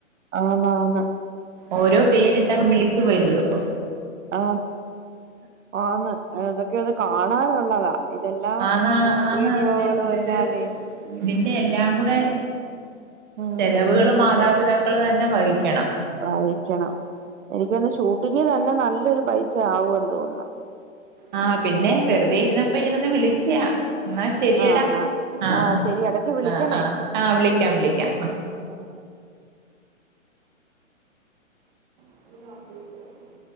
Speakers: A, on the right; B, on the right.
A: ആന്ന ആന്ന
B: ഓരോ പേരിട്ടങ്ങ് വിളിക്ക് <unintelligible>
A: ആ ആന്ന് അതൊക്കെ ഒന്ന് കാണാനുള്ളതാ ഇതെല്ലാം
B: ആന്നാ ആന്ന
A: വീഡിയോകളും
B: നല്ലത്
A: എല്ലാവേ ഉം
B: ഇതിന്റെ എല്ലാം കൂടെ
A: ഉം
B: ചെലവുകള് മാതാപിതാക്കള് തന്നെ വഹിക്കണം.
A: വാഹിക്കണം എനിക്കൊന്ന് ഷൂട്ടിംഗ് തന്നെ നല്ലൊരു പൈസ ആവോന്ന് തോന്നുന്നു.
B: ആ പിന്നെ വെറുതെ ഇരുന്നപ്പ ഇങ്ങനൊന്ന് വിളിച്ചാ. ന്നാ ശരിയടാ
A: ആഹ് ആഹ്
B: ആഹ
A: ആഹ് ശരി ഇടക്ക് വിളിക്കണേ
B: ആ ആ് ആഹ വിളിക്കാം വിളിക്കാം ആ.
A: ഉ ആ <inaudible>
B: <inaudible>